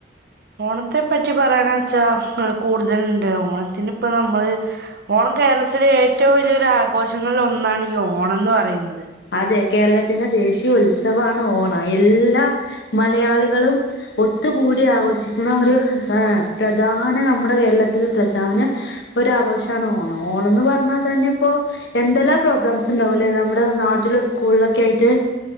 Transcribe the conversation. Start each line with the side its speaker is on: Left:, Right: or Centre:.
Right: ഓണത്തെ പറ്റി പറയാന വെച്ചാ കൂടുതലുണ്ട് ഓണത്തിന് ഇപ്പ നമ്മള് ഓണം കേരളത്തിലെ ഏറ്റവും വലിയൊ ഒരു ആഘോഷങ്ങളിൽ ഒന്നാണ് ഈ ഓണംന്ന് പറയുന്നത്
Left: അതെ കേരളത്തിന് ദേശീയ മു ഉത്സവമാണ് ഓണം എല്ലാ മലയാളികളും ഒത്തുകൂടി ആഘോഷിക്കുന്ന ഒരു പ്രധാന നമ്മുടെ കേരളത്തിലെ പ്രധാന ഒരു ആഘോഷമാണ് ഓണം ഓണംന്ന് പറഞ്ഞാൽ തന്നെ ഇപ്പോൊ എന്തെല്ലാം പ്രോഗ്രാംസ് ഉണ്ടാവും അല്ലേ നമ്മുടെ നാ ട്ടിലും സ്കൂളിലൊക്കെ ആയിട്ട്